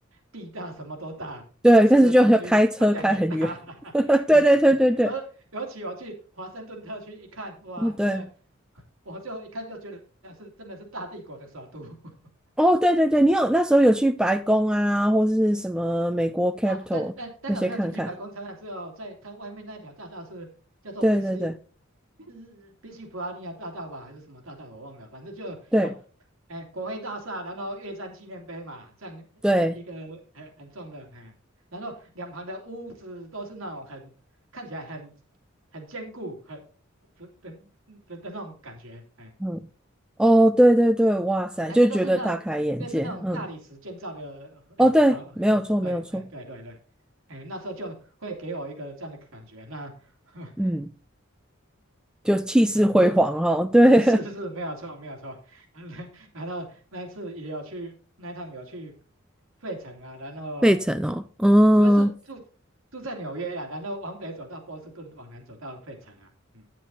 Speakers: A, on the right; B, in the centre.
A: 地大什么都大，
B: 对，
A: 吃的东西分量也大，
B: 但是就要开车开很远。<laughs>
A: <laughs>
B: 对对对对对，
A: 也哎尤尤其我去华盛顿特区一看，哇，
B: 哦对，
A: 真的，我就一看就觉得那是真的是大帝国的首都，<laughs>
B: 哦对对对，你有那时候有去白宫啊，或是什么美国 c
A: 哦，
B: a p i t
A: 但但当然没有进去白宫参观，
B: a l 那些看看。
A: 只有在它外面那条大道是叫做宾夕
B: 对对对
A: 宾宾夕普拉尼亚大道吧，还是什么大道我忘了，反正就有，
B: 对。
A: 哎，国会大厦，然后越战纪念碑嘛，这样一个很很重的，
B: 对，
A: 哎，然后两旁的屋子都是那种很看起来很很坚固、很的的的的那种感觉，哎。
B: 嗯，哦，对对对，哇塞，
A: 好像都是那
B: 就觉得大开眼界，
A: <laughs> 类似那种大理石建造的，
B: 嗯，哦，
A: 呃哎啊，
B: 对，
A: 嗯对，
B: 没有错，没有错，
A: 哎对对对，哎那时候就会给我一个这样的感觉，那 <laughs>
B: 嗯，就气势辉煌哦，
A: 然后
B: 对，
A: 是是是没有错没有错，<laughs> 然后然后那一次也有去那一趟有去费城啊，然后
B: <laughs> 费城哦，嗯，
A: 哎主要是住住在纽约啦，然后往北走到波士顿，往南走到费城啊，嗯